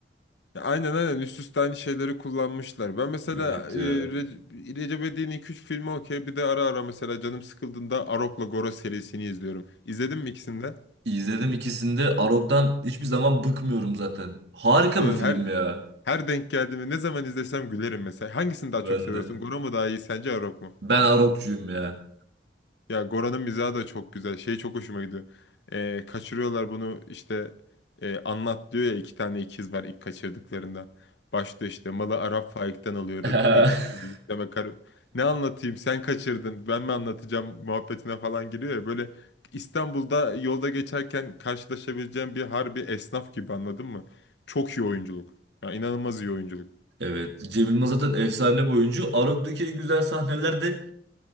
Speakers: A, on the left; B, on the right.
A: Ya Aynen aynen üst üste aynı şeyleri kullanmışlar. Ben mesela
B: Evet
A: e,
B: ya.
A: Re- Recep İvedik'in 2-3 filmi okey. Bir de ara ara mesela canım sıkıldığında Arok'la Goro serisini izliyorum. İzledin mi ikisini de?
B: İzledim ikisini de. Arok'tan hiçbir zaman bıkmıyorum zaten. Harika
A: E, Her
B: bir film ya.
A: her denk geldiğimde ne zaman izlesem gülerim mesela. Hangisini daha
B: Ben
A: çok seviyorsun?
B: de.
A: Goro mu daha iyi sence Arok mu?
B: Ben Arok'cuyum ya.
A: Ya Gora'nın mizahı da çok güzel. Şey çok hoşuma gidiyor. Ee, kaçırıyorlar bunu işte e, anlat diyor ya iki tane ikiz var ilk kaçırdıklarında. Başlıyor işte malı Arap Faik'ten alıyorduk.
B: <laughs>
A: İlk e, yükleme kar... Ne anlatayım sen kaçırdın ben mi anlatacağım muhabbetine falan giriyor ya. Böyle İstanbul'da yolda geçerken karşılaşabileceğim bir harbi esnaf gibi anladın mı? Çok iyi oyunculuk. Ya inanılmaz iyi oyunculuk.
B: Evet. Cem Yılmaz zaten efsane bir oyuncu. Arok'taki en güzel sahnelerde